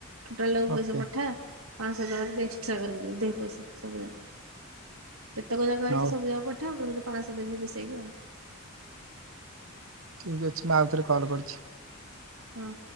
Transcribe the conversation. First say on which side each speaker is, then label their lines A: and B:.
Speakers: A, on the right; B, on the right.
A: ଟୋଟାଲଟାକୁ ପଇସା
B: ଓକେ
A: ପଠା। ପାଞ୍ଚଶ ଟଙ୍କା ଏକ୍ସଟ୍ରା କରିକି ଦେବି ଦେ ପଇସା ସବୁ ଜାକ ତେତେକ ଜାକ ଆଇଛି
B: ହଉ
A: ସବୁ ଜାକ ପ ନା ମୁଁ ତ ପାଞ୍ଚଶ ଦେବି ମିଶେଇକି ଆଉ।
B: ଠିକ୍ ଅଛି ମା ଆଉଥରେ କଲ୍ କରୁଛି।
A: ହଁ।